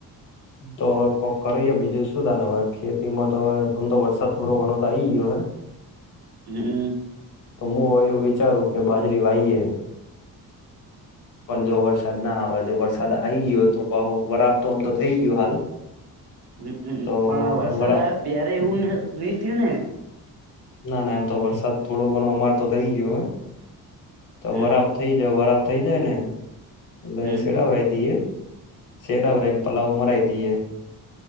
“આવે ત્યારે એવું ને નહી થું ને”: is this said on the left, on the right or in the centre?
Right